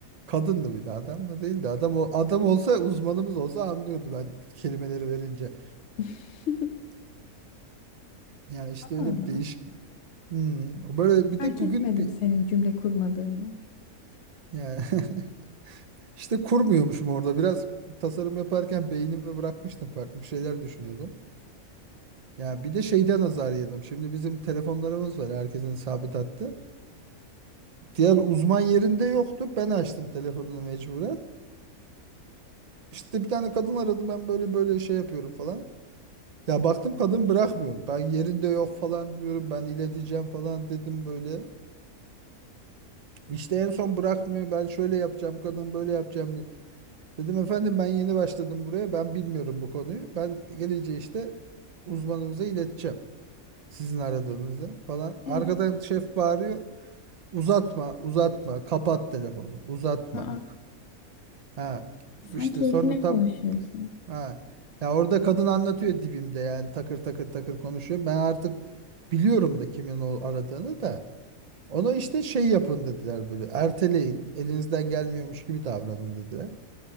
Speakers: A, on the right; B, on the left.
A: Kadındı bir de adam da değildi. Adam o adam olsa uzmanımız olsa anlıyordu ben kelimeleri verince.
B: <laughs>
A: Yani işte öyle
B: Allah.
A: bir değişik.
B: Allah
A: Hmm. Böyle bir
B: Fark
A: de bugün
B: etmedim
A: bir
B: senin cümle kurmadığını.
A: yani <laughs> işte kurmuyormuşum orada biraz tasarım yaparken beynimi bırakmıştım farklı şeyler düşünüyordum. Ya bir de şeyden azar yedim. Şimdi bizim telefonlarımız var herkesin sabit hattı. Diğer uzman yerinde yoktu. Ben açtım telefonunu mecburen. İşte bir tane kadın aradı ben böyle böyle şey yapıyorum falan. Ya baktım kadın bırakmıyor. Ben yerinde yok falan diyorum. Ben ileteceğim falan dedim böyle. İşte en son bırakmıyor. Ben şöyle yapacağım, kadın böyle yapacağım diye. Dedim efendim ben yeni başladım buraya. Ben bilmiyorum bu konuyu. Ben gelince işte uzmanımıza ileteceğim. Sizin aradığınızı falan. Arkadan
B: Ee,
A: şef bağırıyor. Uzatma, uzatma, kapat telefonu, uzatma.
B: aa,
A: <laughs> Ha,
B: sen
A: işte
B: keyfine
A: sonra tam
B: konuşuyorsun.
A: Ha. Ya orada kadın anlatıyor dibimde yani takır takır takır konuşuyor. Ben artık biliyorum da kimin o aradığını da. Ona işte şey yapın dediler böyle erteleyin elinizden gelmiyormuş gibi davranın dediler.